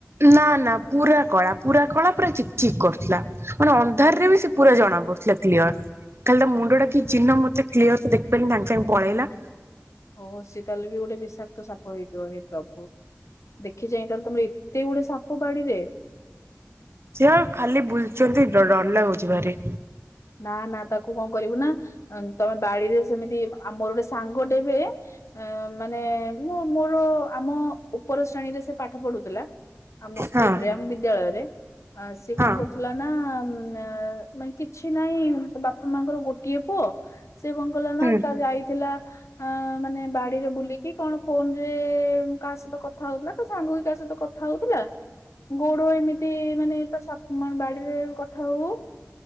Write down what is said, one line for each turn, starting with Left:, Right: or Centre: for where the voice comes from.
Right: ନା ନା ପୁରା କଳା, ପୁରା କଳା ପୁରା ଚିକ ଚିକ୍ କରୁଥିଲା, ମାନେ ଅନ୍ଧାରରେ ବି ସେ ପୁରା ଜଣା ପଡୁଥିଲା କ୍ଲିଅର। ଖାଲି ତା ମୁଣ୍ଡ ଟା କି ଚିହ୍ନ ମତେ କ୍ଲିୟର ସେ ଦେଖିପାରିଲିନି, ସାଙ୍ଗେ ସାଙ୍ଗେ ପଳେଇଲା।
Left: ଓ ହ ସେ ତାହେଲେ ବି ଗୋଟେ ବିଷାକ୍ତ ସାପ ହେଇଥିବ, ହେ ପ୍ରଭୁ ଦେଖି ଚାଇଁ ତାହେଲେ ତମର ଏତେ ଗୁଡେ ସାପ ବାଡିରେ
Right: ସେ ଖାଲି ବୁଲୁଛନ୍ତି, ଡର ଲାଗୁଛି ଭାରି।
Left: ନା, ନା, ତାକୁ କଣ କରିବୁ ନା ତମେ ବାଡିରେ ସେମିତି, ଆମର ଗୋଟେ ସାଙ୍ଗଟେଏବେ ଆ ମାନେ ମୁଁ ମୋର ଆମ ଉପର ଶ୍ରେଣୀରେ ସେ ପାଠ ପଢୁଥିଲା। ଆମ ସ୍କୁଲରେ
Right: ହଁ
Left: ଆମ ବିଦ୍ୟାଳୟରେ ସିଏ
Right: ହଁ
Left: କଣ କରୁଥିଲା ନା ଉଁ ମାନେ କିଛି ନହିଁ ବାପା ମାଙ୍କର ଗୋଟିଏ ପୁଅ ସେ କଣ କଲା ନା
Right: ହୁଁ
Left: ତା ଯାଇଥିଲା ଅ ମାନେ ବାଡିରେ ବୁଲିକି କଣ ଫୋନ୍‌ ରେ କାହା ସହିତ କଥା ହଉଥିଲା ତା ସାଙ୍ଗ ହେ କାହା ସ ଗୋଟେ କଥା ହଉଥିଲା। ଗୋଡ ଏମିତି ମାନେ ତା ବାଡିରେ କଥା ହଉ ହଉ